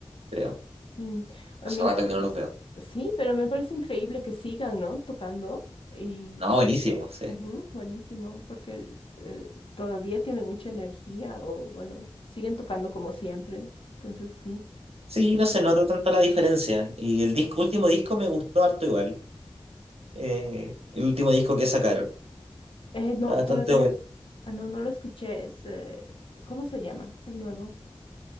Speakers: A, on the right; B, on the left.
A: creo.
B: Mm, ay,
A: Hace
B: me inc-
A: rato que no los veo.
B: sí, pero me parece increíble que sigan, ¿no? Tocando. Y
A: No, buenísimo, sí.
B: ujú, buenísimo, porque es, eh, todavía tienen mucha energía o, bueno, siguen tocando como siempre. Entonces, sí.
A: Sí, no se nota tanto la diferencia. Y el disco, último disco me gustó harto igual. Eh, el último disco que sacaron.
B: Eh, no,
A: Está bastante
B: todavía,
A: bueno.
B: ah, no, no lo escuché. Es, eh, ¿cómo se llama? El nuevo.